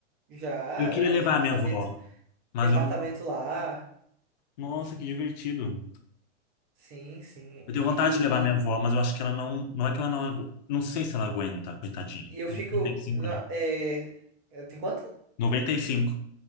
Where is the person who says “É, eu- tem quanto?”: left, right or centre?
Right